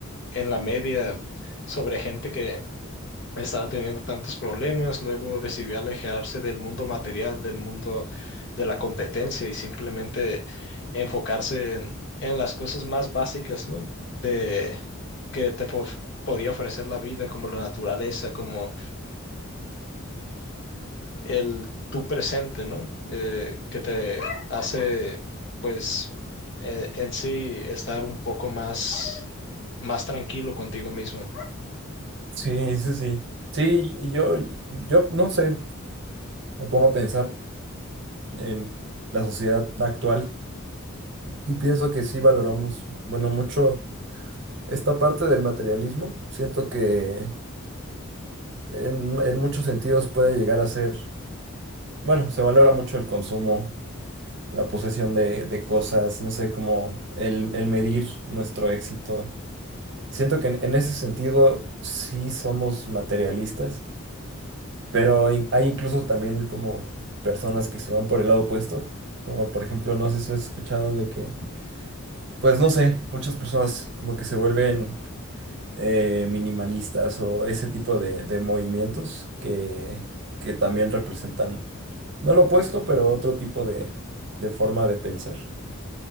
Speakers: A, on the left (about 55°); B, on the right (about 55°).
A: en la media sobre gente que estaba teniendo tantos problemas, luego decidió alejarse del mundo material, del mundo de la competencia y simplemente enfocarse en, en las cosas más básicas, ¿no? De que te po- podía ofrecer la vida, como la naturaleza, como el tú presente, ¿no? Eh, que te hace, pues, eh, en sí estar un poco más, más tranquilo contigo mismo.
B: Sí, sí, sí. Sí, y yo, yo no sé, me pongo a pensar en la sociedad actual y pienso que sí valoramos, bueno, mucho esta parte del materialismo. Siento que en, en muchos sentidos puede llegar a ser, bueno, se valora mucho el consumo, la posesión de, de cosas, no sé, como el, el medir nuestro éxito. Siento que en, en ese sentido sí somos materialistas, pero in- hay incluso también como personas que se van por el lado opuesto, como por ejemplo, no sé si has escuchado de que, pues no sé, muchas personas como que se vuelven eh, minimalistas o ese tipo de, de movimientos que, que también representan, no lo opuesto, pero otro tipo de, de forma de pensar.